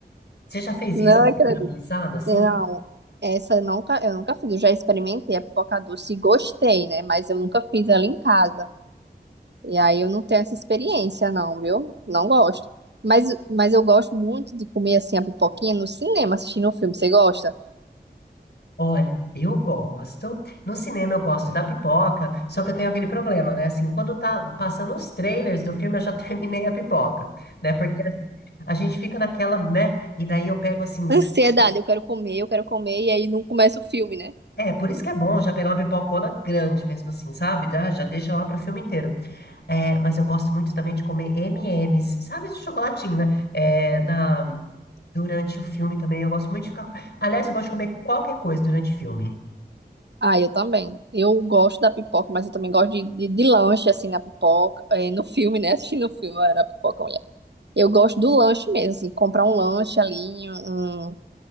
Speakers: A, on the left (about 70°); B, on the right (about 75°).
A: Você já fez
B: Não
A: isso?
B: acredito.
A: Caramelizado, assim?
B: Não, essa eu nunca, eu nunca fiz. Eu já experimentei a pipoca doce e gostei, né? Mas eu nunca fiz ela em casa. E aí eu não tenho essa experiência, não, viu? Não gosto. Mas, mas eu gosto muito de comer assim a pipoquinha no cinema, assistindo um filme. Você gosta?
A: Olha, eu gosto. No cinema eu gosto da pipoca, só que eu tenho aquele problema, né? Assim, quando tá passando os trailers do filme, eu já <laughs> terminei a pipoca, né? Porque assim, a gente fica naquela, né? E daí eu pego assim. s-
B: Ansiedade, eu quero comer, eu quero comer, e aí não começa o filme, né?
A: É, por isso que é bom já pegar uma pipocona grande mesmo assim, sabe? Já, já deixa lá pro filme inteiro. É, mas eu gosto muito também de comer M&M's, sabe? Esse chocolatinho, né? É, na, durante o filme também eu gosto muito de ficar. co- Aliás, eu gosto de comer qualquer coisa durante o filme.
B: Ah, eu também. Eu gosto da pipoca, mas eu também gosto de, de, de lanche, assim, na pipoca, eh, no filme, né? Assistindo o filme, ah, na pipoca, Eu gosto do lanche mesmo, assim, comprar um lanche ali, um,